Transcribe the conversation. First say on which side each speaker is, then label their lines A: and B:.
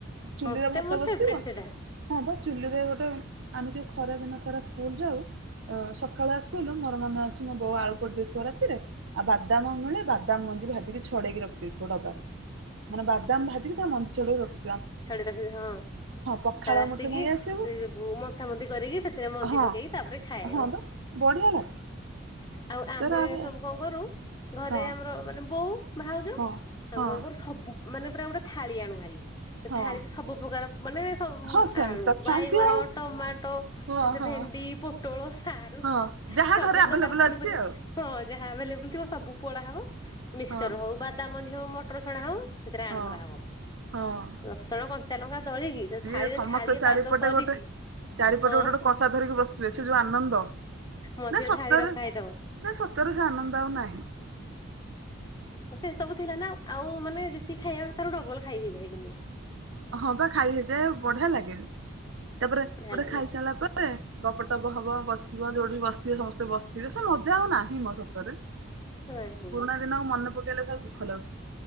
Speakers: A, on the right; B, on the left.
A: ଚୁଲିରେ
B: ମତେ
A: ଭାତ
B: ମୋର
A: ବସିଥିବ
B: ଫେବରେଟ ସେଟା
A: ହଁ ପା ଚୁଲିରେ ଗୋଟେ ଆମେ ଯୋଉ ଖରା ଦିନ ସାରା ସ୍କୁଲ ଯାଉ ଅ ସକାଳୁଆ ସ୍କୁଲ ମୋର ମନେ ଅଛି। ମୋ ବୋଉ ଆଳୁ ପୋଡିଦୋଉଥିବ ରାତିରେ ଆଉ ବାଦାମ ମିଳେ ବା ଦାମ ମଞ୍ଜି ଭାଜିକି ଛଡେଇକି ରଖିଦେଇଥିବ ଡବାରେ ମାନେ ବାଦାମ ଭାଜିକି ତା ମଞ୍ଜି ଛଡେଇକି ରଖି
B: ଛଢେଇ ରଖି ହଁ।
A: ପଖାଳ
B: ତାର ଆସିକି
A: ମୁଠେ ନେଇ ଆସିବୁ
B: ସେ ବୁ ମନ୍ଥାମନ୍ଥି କରିକି ସେଥିରେ ମଞ୍ଜି
A: ହଁ
B: ପକେଇକି ତାପରେ ଖାଇବ।
A: ହଁ ବା ବଢିଆ ଲାଗେ।
B: ଆଉ
A: ସେରା
B: ଆମେ
A: ବି।
B: ସବୁ କଣ କରୁ ଘରେ
A: ହଁ
B: ଆମର ମାନେ ବୋଉ ଭାଉଜ
A: ହଁ
B: ଆମ
A: ହଁ
B: କଣ କରୁ ସବୁ ମାନେ ପୁରା ଗୋଟେ ଥାଳି ଆଣୁ ଭାରି ସେ
A: ହଁ
B: ଥାଳିରେ ସବୁ ପ୍ରକାର ମାନେ ସବ
A: ହଁ ସେମିତି
B: ଆଳୁ
A: ତ ଖାଆନ୍ତି
B: ବାଇଗଣ
A: ଆଉ
B: ଟମାଟୋ
A: ହଁ
B: ସେ
A: ହଁ
B: ଭେ ଣ୍ଡି ପୋଟଳ, ସାରୁ
A: ହଁ ଯାହା
B: ସବୁ
A: ଘରେ ଆଭେଲେବୁଲ
B: ପ୍ରକାର ପନିପରିବା
A: ଅଛି ଆଉ।
B: ହଁ। ଯାହା ଆଭେଲେବୁଲ ଥିବ। ସବୁ ପୋଡା ହବ ମିକ୍ସଚର
A: ହଁ
B: ହୋଉ ବାଦାମଞ୍ଜି ହୋଉ ମଟର ଛଣା ହୋଉ ସେଥିରେ
A: ହଁ
B: ଆଡ୍ କରାହବ
A: ହଁ।
B: ରସୁଣ କଞ୍ଚାଲଙ୍କା ଦଳିକି
A: ସିଏ
B: ଥାଳିରେ
A: ସମସ୍ତେ
B: ଥାଳି
A: ଚାରିପଟେ
B: ପାଗ କରିକି
A: ଗୋଟେ ଚାରିପଟେ
B: ହଁ।
A: ଗୋଟେ ଗୋଟେ କଂସା ଧରିକି ସେ ଯୋଉ ଆନନ୍ଦ
B: ମଝିରେ
A: ନା ସତରେ
B: ଥାଳି ରଖା
A: ନା
B: ହେଇଥିବ
A: ସତରେ ସେ ଆନନ୍ଦ ଆଉ ନାହିଁ।
B: ସେ ସବୁ ଥିଲା ନା ଆଉ ମାନେ ଯେତିକି ଖାଇବା ତାର ଡବଲ ଖାଇ ହେଇଯାଏ କିନ୍ତୁ।
A: ହଁ ବା ଖାଇ ହେଇଯାଏ ବଢିଆ ଲାଗେନି, ତାପରେ
B: ବଢିଆ
A: ଗୋଟେ
B: ଲାଗେ।
A: ଖାଇ ସାରିଲା ପରେ ଗପଟପ ହବ ବସିବ ଯୋଉଠି ବସିଥିବେ ସମସ୍ତେ ବସିଥିବେ ସେ ମଜା ଆଉ ନାହିଁ ମୋ ସତରେ।
B: ନାହିଁ
A: ପୁରୁଣା ଦିନକୁ ମନେ ପକେଇଲେ ଖାଲି ଦୁଃଖ ଲାଗୁଛି।